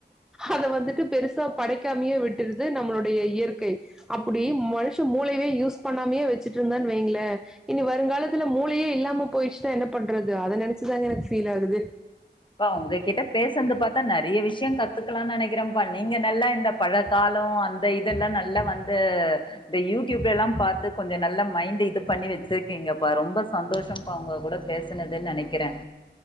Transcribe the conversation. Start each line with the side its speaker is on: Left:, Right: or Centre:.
Centre: அத வந்துட்டு பெருசா படைக்காமையே விட்டுருது நம்மளுடைய இயற்கை அப்படி மனுஷ மூளையவே யூஸ் பண்ணாமையே வச்சுட் இருந்தான் வைங்கள இனி வருங்காலத்துல மூளையே இல்லாம போயிச்சுதான் என்ன பண்றது அத நெனைச்சுதாங்க எனக்கு ஃபீல் ஆகுது
Left: ப உங்க கிட்ட பேசரது பார்த்தா நெறைய விஷயம் கத்துக்கலாம்னு நெனைக்கிறன்பா நீங்க நல்லா இந்த பழ காலம் அந்த இதெல்லாம் நல்லா வந்து இந்த யூடியூப்ல எல்லாம் பாத்து கொஞ்சம் நல்ல மைண்ட் இது பண்ணி வச்சிருக்கீங்கப்பா ரொம்ப சந்தோஷம்ப்பா அவங்க கூட பேசுனதுன்னு நெனைக்கிறேன்